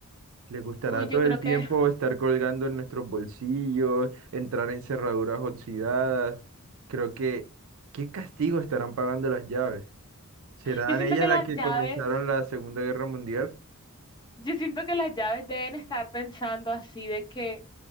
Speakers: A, on the right; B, on the left.
A: Le gustará
B: Uy, yo
A: todo
B: creo
A: el tiempo
B: que, <laughs>
A: estar colgando en nuestros bolsillos, entrar en cerraduras oxidadas. Creo que, ¿qué castigo estarán pagando las llaves? ¿Serán
B: yo siento
A: ellas
B: que
A: las
B: las
A: que
B: llaves,
A: comenzaron la Segunda Guerra Mundial?
B: yo siento que las llaves deben estar pensando así de que...